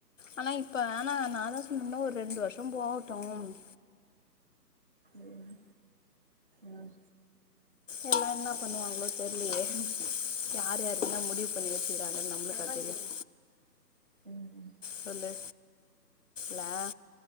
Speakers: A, on the left; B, on the right.
A: ஆனா இப்ப ஆனா நான் தான் சொன்னேன்ல ஒரு ரெண்டு வருஷம் போவேட்டும்
B: ம் ம்
A: எல்லாம் என்ன பண்ணுவாங்ளோ தெரிலயே யார் யார்ருனா முடிவு பண்ணி வச்சிக்கிறாங்கன்னு நம்மளுக்குகா தெரியும்
B: ம்
A: சொல்லு லா